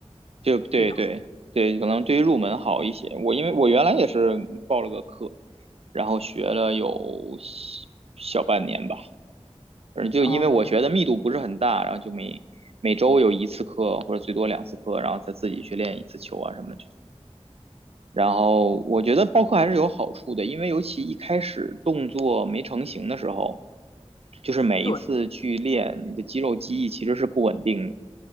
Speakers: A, on the right; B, on the left.
A: 就对对对，
B: 比较好。
A: 可能对于入门好一些。我因为我原来也是报了个课，然后学了有小小半年吧，反正就因为我学的密度不是很大，
B: 嗯，
A: 然后就每每周有一次课或者最多两次课，然后再自己去练一次球啊什么的。然后我觉得报课还是有好处的，因为尤其一开始动作没成型的时候，就是每一次去练，
B: 对
A: 你的肌肉记忆其实是不稳定的。